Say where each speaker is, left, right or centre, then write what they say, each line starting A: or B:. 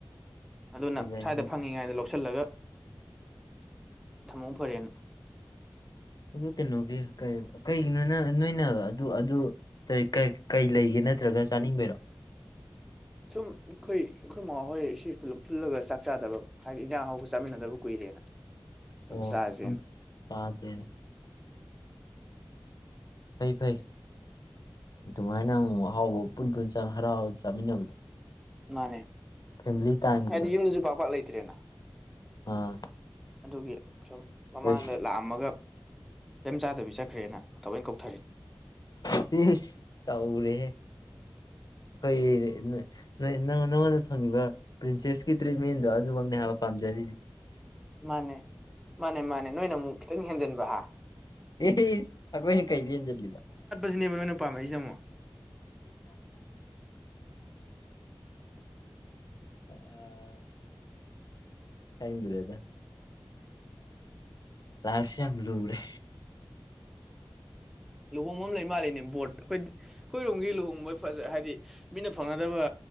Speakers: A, in the centre; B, on the left (about 55°).
A: ꯑꯗꯨꯅ
B: ꯐꯖꯩꯅꯦ
A: ꯁ꯭ꯋꯥꯏꯗ ꯐꯪꯉꯤꯉꯥꯏꯗ ꯂꯧꯁꯤꯜꯂꯒ ꯊꯃꯧ ꯐꯔꯦꯅ
B: ꯑꯗꯨ ꯀꯩꯅꯣꯒꯤ ꯀꯩꯒꯤꯅꯣ ꯅꯣꯏꯅ ꯑꯗꯨ ꯀꯩ ꯂꯩꯒꯦꯅꯤ ꯅꯠꯇ꯭ꯔꯒ ꯆꯥꯅꯤꯡꯕꯩꯔꯣꯑꯣ
A: ꯁꯨꯝ ꯑꯩꯈꯣꯏ ꯑꯩꯈꯣꯏ ꯃꯥ ꯍꯣꯏ ꯁꯤ ꯄꯨꯜꯂꯒ ꯆꯥꯛ ꯆꯥꯗꯕ ꯍꯥꯏꯗꯤ ꯏꯟꯖꯥꯡ ꯍꯥꯎꯕ ꯆꯥꯃꯤꯟꯅꯗꯕ ꯀꯨꯏꯔꯦꯅ ꯁꯨꯝ
B: ꯑꯣ
A: ꯆꯥꯁꯦꯅ
B: ꯍ ꯇꯥꯗꯦꯅ ꯐꯩ ꯐꯩ ꯑꯗꯨꯃꯥꯏꯅ ꯑꯃꯨꯛ ꯑꯍꯥꯎꯕ ꯄꯨꯟ ꯄꯨꯟ ꯍꯔꯥꯎ ꯆꯥꯃꯤꯟꯅꯕꯗꯣ
A: ꯃꯥꯅꯦ
B: ꯐꯦꯃꯤꯂꯤ ꯇꯥꯏꯝꯒꯗꯣ
A: ꯍꯥꯏꯗꯤ ꯌꯨꯝꯗꯁꯨ ꯄꯥꯛ ꯄꯥꯛ ꯂꯩꯇ꯭ꯔꯦꯅ
B: ꯑꯥ
A: ꯑꯗꯨꯒꯤ ꯁꯨꯝ ꯃꯃꯥꯡꯗ
B: ꯑꯁ
A: ꯂꯥꯛꯑꯝꯃꯒ ꯀꯩꯝ ꯆꯥꯗꯕꯤ ꯆꯠꯈ꯭ꯔꯦꯅ ꯑꯩꯅ ꯀꯧꯊꯔꯤꯅꯦ
B: ꯁꯤ ꯇꯧꯔꯦꯍꯦ ꯑꯩꯈꯣꯏ ꯅ ꯅꯉꯣꯟꯗ ꯐꯪꯉꯤꯕ ꯄ꯭ꯔꯤꯟꯁꯦꯁꯀꯤ ꯇ꯭ꯔꯤꯠꯃꯦꯟꯗꯣ ꯑꯗꯨꯃꯛꯅꯦ ꯍꯥꯏꯕ ꯄꯥꯝꯖꯔꯤ
A: ꯃꯥꯅꯦ ꯃꯥꯅꯦ ꯃꯥꯅꯦ ꯅꯣꯏꯅ ꯑꯃꯨꯛ ꯈꯤꯇꯪ ꯍꯦꯟꯖꯟꯕ ꯍꯥ
B: ꯑꯦ ꯁꯈꯣꯏꯅꯦ ꯀꯩꯗ ꯍꯦꯟꯖꯜꯂꯤꯕ
A: ꯁꯤꯅꯦꯕ ꯅꯣꯏꯅ ꯄꯥꯝꯃꯏꯁꯦ ꯑꯃꯨꯛ
B: ꯑ ꯈꯪꯗ꯭ꯔ°ꯗ ꯂꯥꯢꯞꯁꯦ ꯌꯥꯝ ꯂꯨꯔꯦ
A: ꯂꯨꯍꯣꯡꯕ ꯑꯃ ꯂꯩ ꯃꯥꯜꯂꯤꯅꯦ ꯕꯣꯔꯠ ꯑꯩꯈꯣꯏ ꯑꯩꯈꯣꯏꯔꯣꯝꯒꯤ ꯂꯨꯍꯣꯡꯕ ꯐꯖ ꯍꯥꯏꯕꯗꯤ ꯃꯤꯅ ꯐꯪꯒꯗꯕ